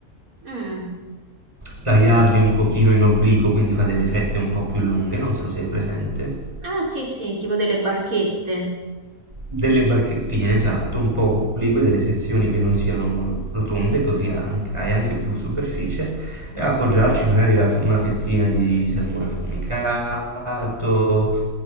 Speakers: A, on the right; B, on the right.
A: Mm.
B: tagliarli un pochino in obliquo, quindi fa delle fette un po' più lunghe, non so se è presente.
A: Ah, sì, sì, tipo delle barchette.
B: Delle barchettine, esatto, un po' oblique, delle sezioni che non siano rotonde, così anche- hai anche più superficie, e appoggiarci magari la f- una fettina di, di salmone affumicato,